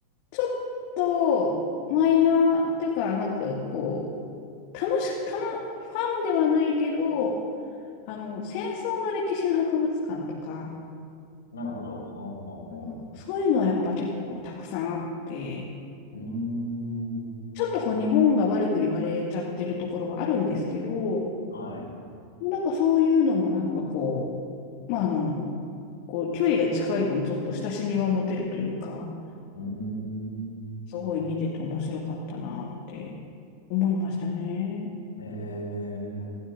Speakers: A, on the left; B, on the left.
A: ちょっとマイナーっていうか、なんかこう、楽しく、楽、ファンではないけど、あの、戦争の歴史の博物館とか、
B: なるほど。ほうほうほ
A: あの、そういうのはやっぱ結構たくさんあって、
B: う。うーん。
A: ちょっとこう日本が悪く言われちゃってるところはあるんですけど、
B: はい。
A: なんかそういうのもなんかこう、まああの、こう距離が近い分ちょっと親しみが持てるというか、
B: うーん。
A: すごい見てて面白かったなって思いましたね。
B: ええ